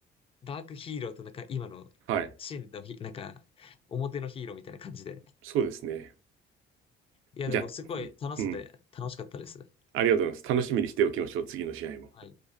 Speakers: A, on the left; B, on the right.
A: ダークヒーローとなんか、今の、
B: はい。
A: 真のヒ、なんか、表のヒーローみたいな感じで。
B: そうですね。
A: いや、
B: じゃあ、
A: でもすごい楽しくて楽しかったです。
B: うん。ありがとうございます。楽しみにしておきましょう。次の試合も。
A: はい。